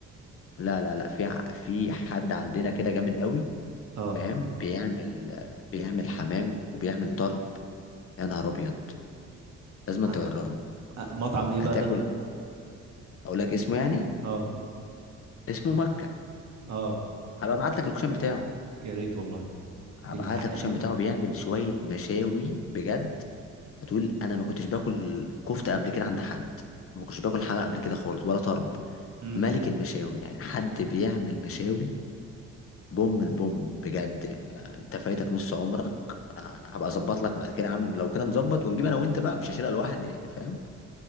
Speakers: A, on the left; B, on the right.
A: لا لا لا في ع- في حد عندنا كده جامد قوي
B: اه
A: فاهم بيعمل بيعمل حمام وبيعمل طرب يا نهار ابيض لازم أنت
B: ع-
A: تجربه
B: آه، مطعم ايه
A: هتاكل
B: بقى ده
A: اقول لك اسمه يعني
B: اه
A: اسمه مكة
B: اه
A: هبقى ابعت لك الكشان بتاعه
B: يا ريت والله
A: هبعت
B: بالحق
A: لك الكشان
B: ال...
A: بتاعه بيعمل شوية مشاوي بجد هتقول انا ما كنتش باكل كفتة قبل كده عند حد ما كنتش باكل حمام قبل كده خالص ولا طرب
B: مم.
A: ملك المشاوي يعني حد بيعمل مشاوي بوم البوم بجد آه، انت فايتك نص عمرك انا هبقى اظبط لك بعد كده يا عم لو كده نظبط ونجيب انا وانت بقى مش هشيلها لوحدي يعني فاهم